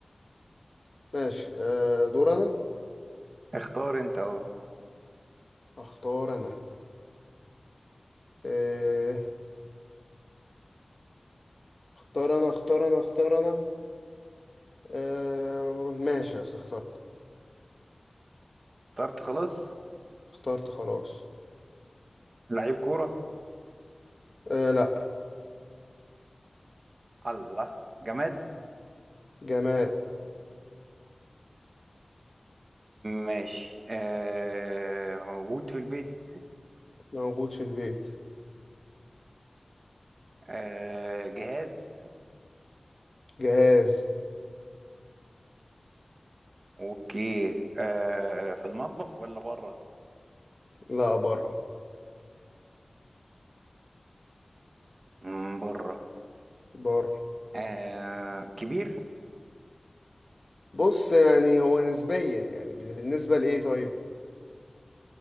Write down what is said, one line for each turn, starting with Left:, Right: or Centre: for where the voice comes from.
Left: ماشي آه دور انا
Right: اختار انت اهو
Left: اختار انا آه اختار انا اختار انا اختار انا آه ماشي يا أستاذ، اخترت
Right: اخترت خلاص
Left: اخترت خلاص
Right: لعيب كورة
Left: آه لا
Right: الله جماد
Left: جماد
Right: ماشي آه موجود في البيت
Left: موجود في البيت
Right: آه جهاز
Left: جهاز
Right: اوكي آه في المطبخ ولا بره
Left: لا بره
Right: مم، بره
Left: بره
Right: آه كبير
Left: بص يعني هو نسبيا يعني بال- بالنسبة لإيه طيب؟